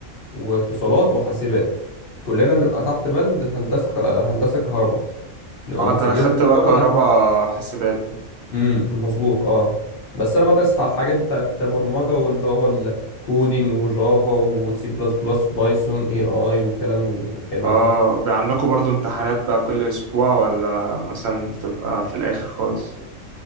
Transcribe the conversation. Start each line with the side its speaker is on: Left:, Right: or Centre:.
Left: واتصالات وحاسبات كلنا بنبقى تحت بند هندسة ك- آه، هندسة كهرباء نبقى
Right: اه
Left: متسجلين
Right: انت دخلت
Left: في النقابة
Right: بقى كهرباء
Left: اللي احنا
Right: حاسبات ده
Left: امم مظبوط اه بس انا بدرس ح- حاجات بتاعت برمجة واللي هو الكودينج وجافا وسي بلس بلس بايثون اي اي والكلام الحلو
Right: اه
Left: ده
Right: بقى عندكم برضو امتحانات بقى كل اسبوع ولا مثلا بتبقى في الاخر خالص